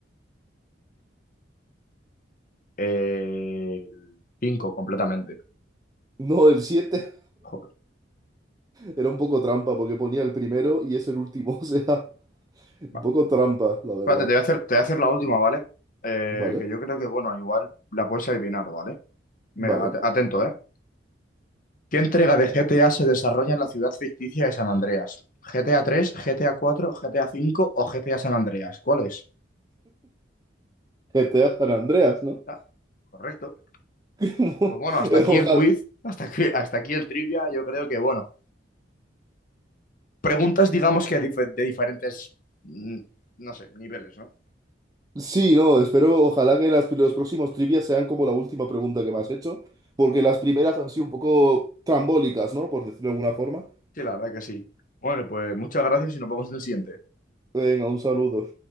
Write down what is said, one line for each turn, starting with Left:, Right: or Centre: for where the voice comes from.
Left: Eh, el 5 completamente.
Right: No, el 7.
Left: Joder.
Right: Era un poco trampa porque ponía el primero y es el último, <laughs> o sea, un
Left: Va.
Right: poco trampa, la verdad.
Left: Espérate, te voy a hacer, te voy a hacer la última, ¿vale? Eh,
Right: Vale,
Left: que yo creo que, bueno, igual la puedes adivinar, ¿vale? Mira,
Right: vale.
Left: at- atento, ¿eh? ¿Qué entrega de GTA se desarrolla en la ciudad ficticia de San Andreas? ¿GTA 3, GTA 4, GTA cinco o GTA San Andreas? ¿Cuál es?
Right: GTA San Andreas, ¿no?
Left: Ah, correcto.
Right: <laughs>
Left: Pues bueno, hasta aquí
Right: Ojalá.
Left: el quiz, hasta aquí, hasta aquí el trivia, yo creo que, bueno, preguntas digamos que dife- de diferentes, mm, no sé, niveles, ¿no?
Right: Sí, no, espero, ojalá que las- los próximos trivias sean como la última pregunta que me has hecho, porque las primeras han sido un poco trambólicas, ¿no? Por decirlo de alguna forma.
Left: Sí, la verdad que sí. Bueno, pues muchas gracias y nos vemos en el siguiente.
Right: Venga, un saludo.